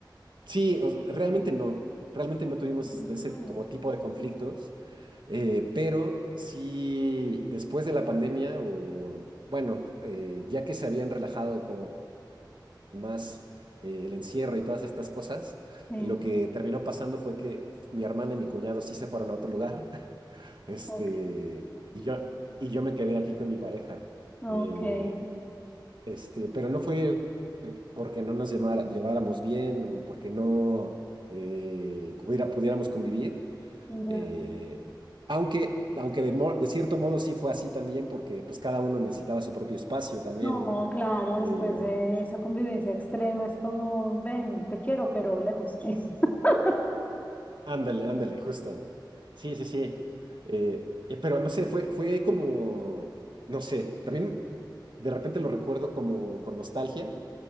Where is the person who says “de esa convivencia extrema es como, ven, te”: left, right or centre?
Left